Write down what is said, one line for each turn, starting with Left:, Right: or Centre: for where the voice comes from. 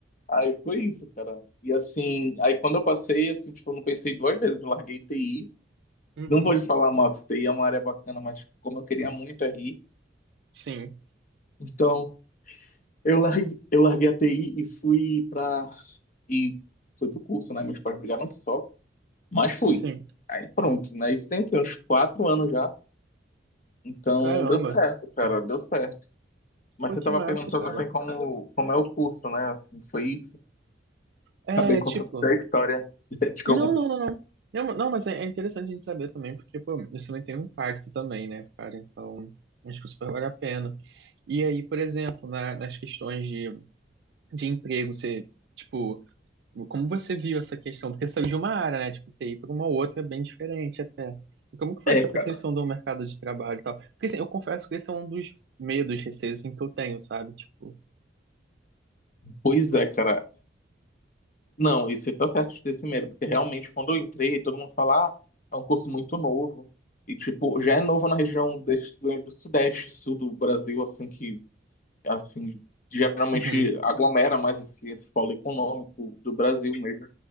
Left: Aí foi isso, cara. E assim, aí quando eu passei, assim, tipo, eu não pensei duas vezes, eu larguei TI.
Right: Uhum.
Left: Não vou te falar, nossa, TI é uma área bacana, mas como eu queria muito RI,
Right: Sim,
Left: então eu larguei, eu larguei a TI e fui pra. E fui pro curso, né? Meus pais brigaram que só, mas fui.
Right: sim.
Left: Aí pronto, né? Isso tem que uns quatro anos já. Então
Right: Caramba.
Left: deu certo, cara, deu certo. Mas
Right: Pô,
Left: você
Right: que
Left: tava
Right: massa,
Left: perguntando
Right: cara.
Left: assim como, como é o curso, né? Assim, foi isso.
Right: É,
Left: Acabei contando
Right: tipo.
Left: até
Right: Não,
Left: a história <laughs> de como.
Right: não, não, não. Não, não, mas é, é interessante a gente saber também, porque, pô, isso também tem um impacto também, né, cara? Então, acho que super vale a pena. E aí, por exemplo, na- nas questões de, de emprego, você, tipo. Como você viu essa questão? Porque saiu de uma área, né? Tipo, TI para uma outra é bem diferente até. E como que foi
Left: É,
Right: essa
Left: cara.
Right: percepção do mercado de trabalho e tal? Porque assim, eu confesso que esse é um dos medos, receios assim, que eu tenho, sabe? Tipo,
Left: Pois é, cara. Não, e você tá certo de ter esse medo, porque realmente quando eu entrei, todo mundo fala, ah, é um curso muito novo. E, tipo, já é novo na região desse, do, do Sudeste, Sul do Brasil, assim, que, assim, geralmente
Right: uhum,
Left: aglomera mais assim, esse polo econômico do Brasil mesmo.